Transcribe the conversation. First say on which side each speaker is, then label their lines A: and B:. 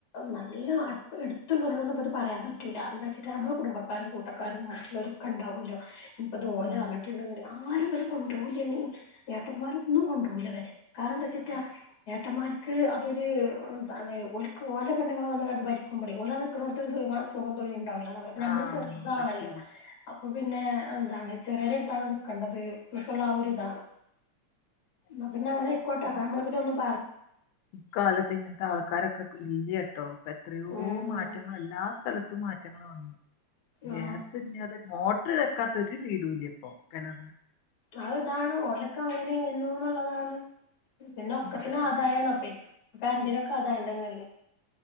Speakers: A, on the left (about 40°); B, on the left (about 80°).
A: നല്ല അടു അടുത്തുള്ളവരോന്നുംപ്പത് പറയാൻ പറ്റൂല എന്താച്ചിട്ട നമ്മള് കുടുംബക്കാരും കൂട്ടക്കാരും മറ്റുള്ളോരൊക്കെ ഇണ്ടാവുല്ലോ അപ്പൊതോല്
B: ഉം
A: അറഞ്ഞിട്ടുണ്ടെങ്കില് ആരും വല്ല കൊ ണ്ടൂവല്ലേനിം ഏട്ടന്മാരൊന്നും കൊണ്ടൂവൂല ഇവരെ കാരണം എന്താച്ചിട്ടാ ഏട്ടമാർക്ക് അതൊര് ഉം എന്താണ് ഓൽക്ക് ഓലെ പെണ്ണുങ്ങള് ഓലെങ്ങണ്ട് ഭരിക്കുമ്പോളേ ഓലെ നിക്കണോടത്തൊരു സൊ സുഖോം തൊര്യോം ഉണ്ടാവൂ ല്ലന്നവര് നമ്മള്
B: ആഹ്
A: ചെറുതാണല്ലോ
B: പറ്റൂല
A: അപ്പൊ പിന്നെ എന്താണ് ചെറ്യോട്തതാണ് നിക്കണ്ടത് എന്നൊക്കള്ള ആ ഒരുതാണ് ഇന്നാ
B: വല്ലാത്ത
A: പിന്നെ അങ്ങനായ്ക്കോട്ടെ
B: അവസ്ഥന്നെ
A: അപ്പം ഞമ്മള് പിന്നൊന്നും
B: ഇക്കാലത്ത് ഇങ്ങനത്തെ ആൾക്കാരൊക്കെ ഇല്യ ട്ടോ ഇപ്പെത്രയോ
A: ഉം.
B: മാററങ്ങള് എല്ലാ സ്ഥല തും മാറ്റങ്ങള് വന്ന് ഗ്യാസില്ലാതെ
A: ആ
B: മോ ട്ടറ് വെക്കാത്ത ഒരു വീടൂല്യ ഇപ്പം കൊണർല്
A: അത് ഇതാണ് ഓലക്കെ അങ്ങനെ <unintelligible> ന്നു ഇള്ളതാണ് പിന്നെ ഒക്കത്തിനും
B: അതെ
A: ആദായാണ് അപ്പെ കര്ൻ്റിനൊക്കെ ആദായം തന്ന്യല്ലേ